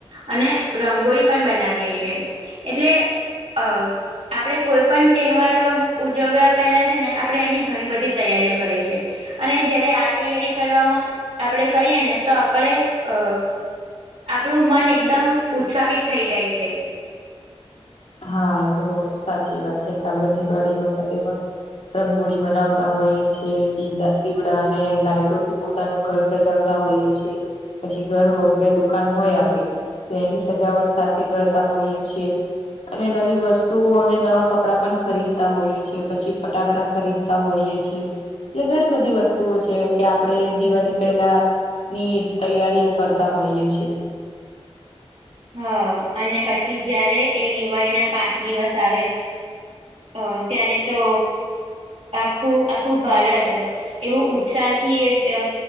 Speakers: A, on the right; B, on the left.
A: અને રંગોળી પણ બનાવીએ છે, એટલે અ આપડે કોઈ પન તેહવાર અ ઉજવ્યા પહેલા છે ને, આપડે એની ઘણી બધી તૈયારીઓ કરીએ છે. અને જયારે આ તૈયારી કરવામાં આપડે કરીએ ને, તો આપડે અ આપણું મન એકદમ ઉત્સાહિત થઈ જાય છે.
B: હા, એ તો સાચી વાત છે કે આપડે દિવાળી વખતે પણ. રંગોળી બનાવતા હોઈએ છે, દીવડા, દીવડાને લાઈટોથી પોતાનું ઘર સજાવ તો હોઈએ છે, પછી ઘર હોય કે દુકાન હોય આપડી તો એની સજાવટ સાથે કરતા હોઈએ છીએ. અને નવી વસ્તુઓ અને નવા કપડાં પણ ખરીદતા હોઈએ છે, પછી ફટાકડા ખરીદતા હોઈએ છે. ટલે ઘણી બધી વસ્તુઓ છે કે, આપડે દિવાળી પહેલા. ની તૈયારીઓ કરતા હોઈએ છે.
A: હ અને પછી જયારે એ દિવાળીના પાંચ દિવસ આવે અ ત્યારે તો આખું આખું ભારત એવું ઉત્સાહ થી એ અ